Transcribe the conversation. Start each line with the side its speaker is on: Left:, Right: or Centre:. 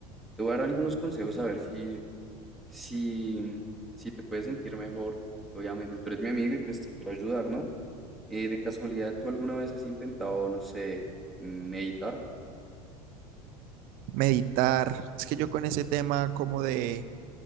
Centre: te voy a dar algunos consejos a ver si, si, si te puedes sentir mejor, porque obviamente tú eres mi amigo y pues te quiero ayudar, ¿no? Eh, de casualidad, ¿tú alguna vez has intentado, no sé, meditar?
Right: meditar. Es que yo con ese tema como de